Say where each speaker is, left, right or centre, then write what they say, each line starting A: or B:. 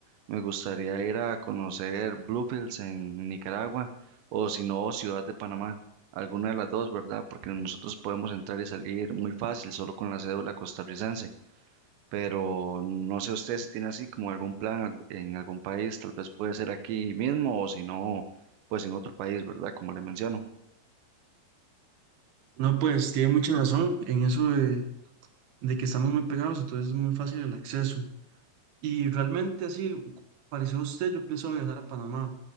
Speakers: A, on the right (about 85°); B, on the right (about 70°).
A: Me gustaría ir a conocer Bluefields en Nicaragua o si no Ciudad de Panamá, alguna de las dos, ¿verdad? Porque nosotros podemos entrar y salir muy fácil solo con la cédula costarricense pero no sé usted si tiene así como algún plan al- en algún país, tal vez puede ser aquí mismo o si no, pues en otro país, ¿verdad? Como le menciono.
B: No, pues tiene mucha razón en eso de, de que estamos muy pegados, entonces es muy fácil el acceso. Y realmente así, pareció usted, yo pienso viajar a Panamá,